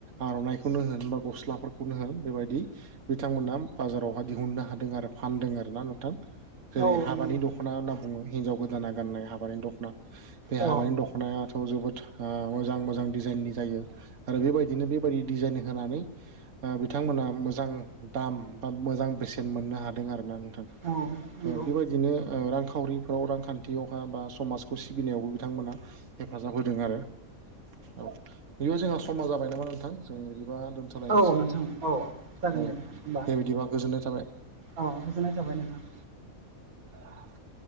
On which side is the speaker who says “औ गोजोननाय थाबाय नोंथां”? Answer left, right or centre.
Right